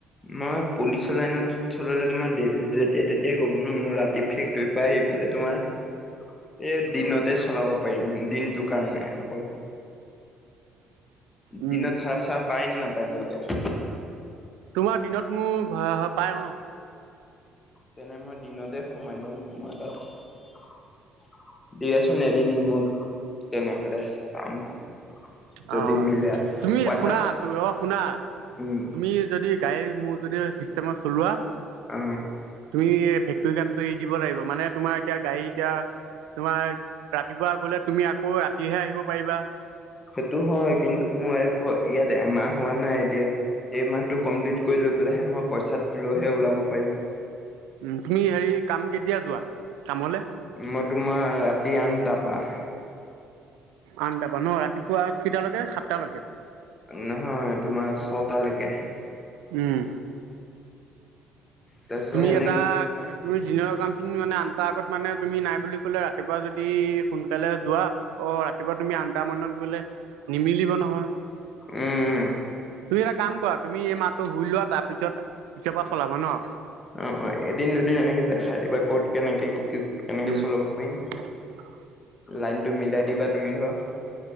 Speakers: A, on the left; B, on the right.
A: মই পুলিচৰ লাইনত চলালে তোমাৰ যেতিয়া তেতিয়াই ক'ব ন'। মই ৰাতি ফেক্টৰি পাই আহি পেলাই তোমাৰ এ, দিনতে চলাব পাৰিম। দিনটো কাৰণে অকল।
B: উম
A: দিনত ভাড়া চাৰা পায় নে নাপায় এনেকে?
B: তোমাৰ দিনত মোৰ পাই অ'।
A: তেনে মই দিনতে সোমাই ল'ম তোমাৰ তাত। দিয়াচোন এদিন মোক তেনেহ'লে চাম। যদি
B: অ'
A: মিলে
B: তুমি
A: পইচা
B: শুনা অ' শুনা?
A: উম
B: তুমি যদি গাড়ী মোৰ যদি চিষ্টেমত চলোৱা
A: অ
B: তুমি ফেক্টৰী কামটো এৰি দিব লাগিব, মানে তোমাৰ এতিয়া গাড়ী এতিয়া তোমাৰ ৰাতিপুৱা গলে তুমি আকৌ ৰাতিহে আহিব পাৰিবা।
A: সেইটো হয় কিন্তু মোৰ এই কয় ইয়াত এমাহ হোৱা নাই, এতিয়া এইমাহতটো কমপ্লিট কৰি লৈ পেলাইহে মই পইচা লৈ হে ওলাব পাৰিম।
B: উম, তুমি হেৰি কাম কেতিয়া যোৱা? কামলে
A: মই তোমাৰ ৰাতি আঠটাৰপা।
B: আনটাৰপা ন' ৰাতিপুৱা? কেইটালৈকে সাতটালৈকে
A: নহয় তোমাৰ ছটালৈকে।
B: উম।
A: তাৰপিছত
B: তুমি
A: সেনেক
B: এটা তুমি দিনৰ কামখিনি মানে আন টাৰ আগত মানে তুমি নাই বুলি ক'লে ৰাতিপুৱা যদি সোনকালে যোৱা, অ' ৰাতিপুৱা তুমি আনটা মানত গলে নিমিলিব নহয়।
A: উম।
B: তুমি এটা কাম কৰা তুমি এই মাহটো শুই লোৱা, তাৰপিছত পিছৰ পৰা চলাবা ন'।
A: অ', অ' এদিন দুদিন এনেকে দেখাই দিবা ক'ত কেনেকে কি কি কেনেকে
B: উম
A: চলাব পাৰিম।
B: <unintelligible>
A: লাইনতটো মিলাই দিবা তুমি ধৰা।